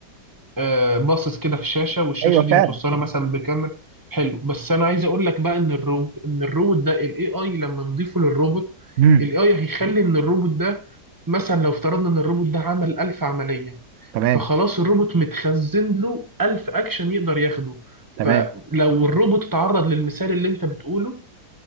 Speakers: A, on the right; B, on the right.
A: آه، باصص كده في الشاشه والشاشه
B: ايوه فعلا
A: دي متوصله مثلا بكاميرا حلو بس انا عايز اقول لك بقى ان الرو ان الروبوت ده الاي اي لما نضيفه للروبوت
B: امم
A: الاي اي هيخلي ان الروبوت ده مثلا لو افترضنا ان الروبوت ده عمل 1000 عمليه
B: تمام
A: فخلاص الروبوت متخزن له 1000 اكشن يقدر ياخده
B: تمام
A: فلو الروبوت اتعرض للمثال اللي انت بتقوله